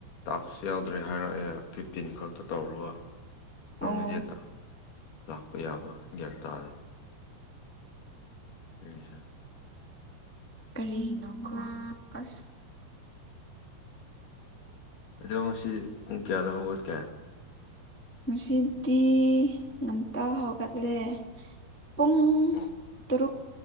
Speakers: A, on the left; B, in the centre.
A: ꯇꯥꯛꯁꯨ ꯌꯥꯎꯗ꯭ꯔꯦ ꯍꯥꯏꯔꯛꯑꯦ ꯐꯤꯞꯇꯤꯟ ꯈꯛꯇ ꯇꯧꯔꯒ ꯅꯪꯒꯤꯖꯦꯠꯇ
B: ꯑꯣ
A: ꯂꯥꯛꯄ ꯌꯥꯕ ꯒ꯭ꯌꯥꯟ ꯇꯥꯗꯦ <unintelligible>
B: ꯀꯔꯤꯒꯤꯅꯣ ꯑꯁ
A: ꯑꯗꯨꯣꯁꯤ ꯄꯨꯡ ꯀꯌꯥꯗ ꯍꯧꯒꯠꯀꯦ
B: ꯉꯁꯤꯗꯤ ꯉꯝꯇ ꯍꯧꯒꯠꯂꯦ ꯄꯨꯡ
A: ꯎꯝ
B: ꯐꯔꯨꯛ